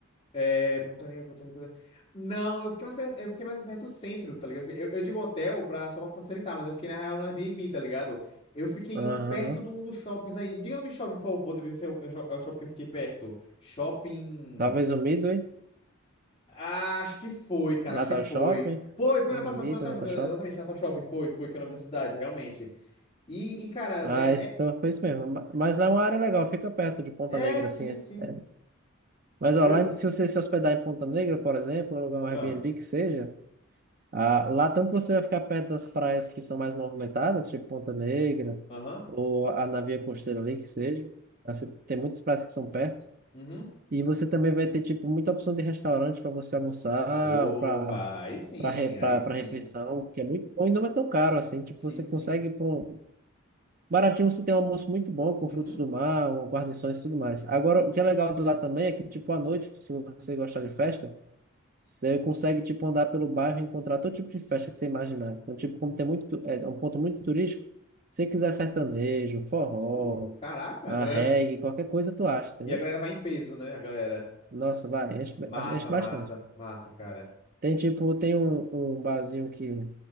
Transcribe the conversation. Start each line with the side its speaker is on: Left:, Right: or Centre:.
Left: É, Pontaria, Pontaria, Pontaria. Não, eu fiquei mais perto, eu fiquei mais perto do centro, tá ligado? Eu, eu digo hotel pra, só pra facilitar, mas eu fiquei na real no Airbnb, tá ligado? Eu fiquei
Right: Aham.
Left: em um perto de um dos shoppings aí. Diga o nome de shopping, por favor, pra poder ver se é o é o shop- é o shopping que eu fiquei perto. Shopping.
Right: Talvez o Midway,
Left: Ah, acho que foi, cara,
Right: Natal
Left: acho que foi.
Right: Shopping.
Left: Foi, foi
Right: Tem
Left: Natal Shopping,
Right: Midway,
Left: foi Natal
Right: Natal
Left: Shopping, exatamente,
Right: Shopping.
Left: Natal Shopping, foi, foi, que é o nome da cidade, realmente. E, e cara,
Right: Ah,
Left: é,
Right: esse, então foi isso mesmo. Ma- Mas lá é uma área legal, fica perto de Ponta
Left: é,
Right: Negra,
Left: é, sim,
Right: assim. é.
Left: sim.
Right: é. Mas
Left: Eu
Right: ó,
Left: devia-
Right: lá, em- se você se hospedar em Ponta Negra, por exemplo, um lugar um Airbnb
Left: Ah,
Right: que seja. Ah, lá tanto você vai ficar perto das praias que são mais movimentadas, tipo Ponta Negra,
Left: aham,
Right: ou a Navia Costeira ali, que seja. Assim, Tem muitas praias que são perto.
Left: uhum.
Right: E você também vai ter, tipo, muita opção de restaurante para você almoçar,
Left: Opa,
Right: para
Left: aí sim,
Right: para re, pra-
Left: aí sim.
Right: pra refeição, que é muito bom e não é tão caro assim. Tipo,
Left: Sim,
Right: você consegue,
Left: sim.
Right: por um- baratinho, você tem um almoço muito bom, com
Left: Uhum.
Right: frutos do mar, com guarnições e tudo mais. Agora, o que é legal de lá também é que, tipo, à noite, se você gostar de festa, você consegue, tipo, andar pelo bairro e encontrar todo tipo de festa que você imaginar. Então, tipo, como tem muito, tu- é um ponto muito turístico, se você quiser sertanejo, forró,
Left: Uh, caraca,
Right: a
Left: a galera.
Right: reggae, qualquer coisa tu acha, entendeu?
Left: E a galera vai em peso, né? A galera.
Right: Nossa, vai, enche, ba-
Left: Massa,
Right: enche bastante.
Left: massa, massa, cara.
Right: Tem, tipo, tem um, um barzinho que,